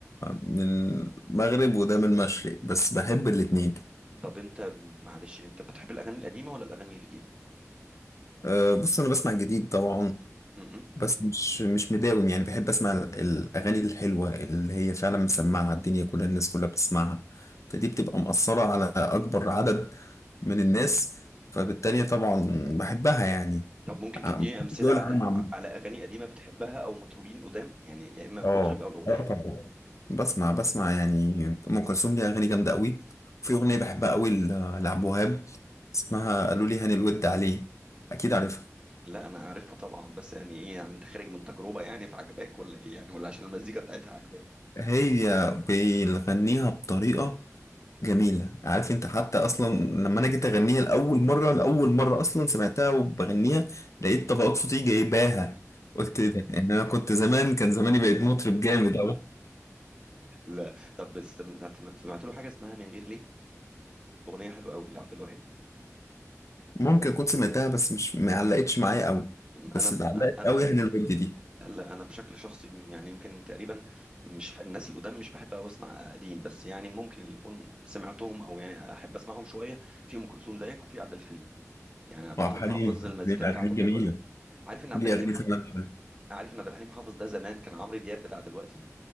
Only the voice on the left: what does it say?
من مغرب وده من مشرق بس بحب الاتنين
أه بص انا بسمع جديد طبعا
بس مش مش مداوم يعني بحب اسمع ال- الاغاني الحلوه اللي هي فعلا مسمعه الدنيا كلها الناس كلها بتسمعها فدي بتبقى مأثره على اكبر عدد من الناس فبالتالي طبعا بحبها يعني
آه،
بحب
دول
العالم عامة.
اه
اه طبعا بسمع بسمع يعني ام كلثوم ليها اغاني جامده قوي في اغنيه بحبها قوي ل- لعبد الوهاب اسمها قالوا لي هاني الود عليه اكيد عارفها
هي بيغنيها بطريقه جميله عارف انت حتى اصلا لما انا جيت اغنيها لاول مره لاول مره اصلا سمعتها وبغنيها لقيت طبقات صوتي جايباها قلت ايه ده يعني انا كنت زمان كان زماني بقيت مطرب جامد قوي
ممكن كنت سمعتها بس مش ما علقتش معايا قوي بس
اللي علقت
قوي هنا الود دي
وعبد
الحليم
عبد الحليم اغاني
جميله
ليه
اغاني
فعلا حلوه